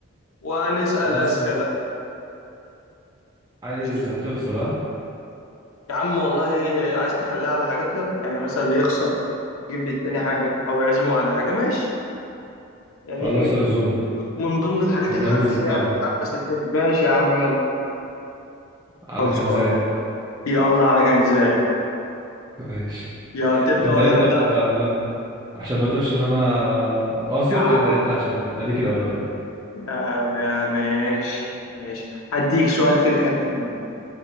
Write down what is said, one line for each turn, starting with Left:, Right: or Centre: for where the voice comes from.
Left: وهنسأل
Right: بس
Left: أسئلة
Right: عايز
Left: ماشي
Right: هتخسر ها
Left: يا عم والله آه، عايز تخليها على حاجات يلا يعني مثلا اللي يخسر يجيب للتاني حاجة أو يعزمه على حاجة ماشي يعني
Right: خلاص
Left: إيه،
Right: عزومة
Left: من ضمن الحاجات
Right: اما
Left: الحماسية
Right: ننزل الجامعة
Left: يعني نحمس الدنيا ماشي يا عم يلا
Right: على
Left: خلصان
Right: كنزاية
Left: يلا على كنزاي
Right: <laughs> ماشي
Left: يلا تبدأ
Right: تبدأ
Left: ولا
Right: انت
Left: أبدأ
Right: ولا ولا ابدأ عشان ما تقولش ان انا قاصد
Left: يا عم
Right: ابدأ انت عشان يبقى ليك الأولوية
Left: يا ما- ماشي ماشي هديك سؤال في الخفيف منه